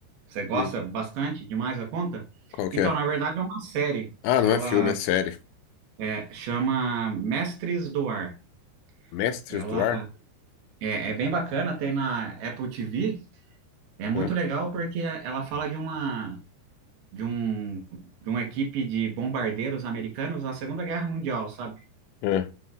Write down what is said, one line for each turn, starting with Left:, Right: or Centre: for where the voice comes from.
Right: você gosta
Left: Hum,
Right: bastante demais da conta?
Left: qual que
Right: Então,
Left: é?
Right: na verdade, é uma série.
Left: Ah, não
Right: Ela
Left: é filme, é série.
Right: é, chama Mestres do Ar.
Left: Mestres
Right: Ela
Left: do Ar?
Right: é, é bem bacana, tem na Apple TV. É muito
Left: É,
Right: legal porque ela fala de uma, de um, de uma equipe de bombardeiros americanos na Segunda Guerra Mundial, sabe?
Left: é.